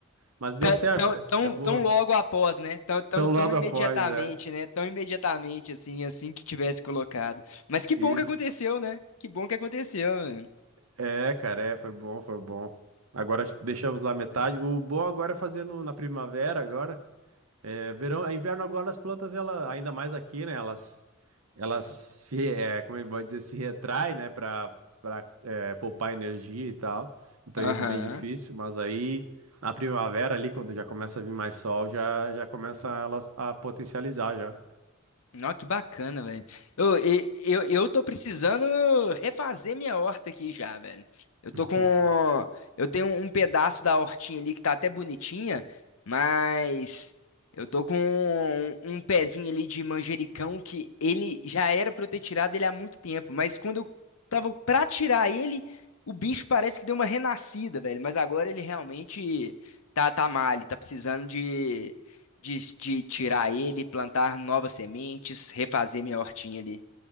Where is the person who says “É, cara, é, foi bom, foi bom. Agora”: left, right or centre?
Right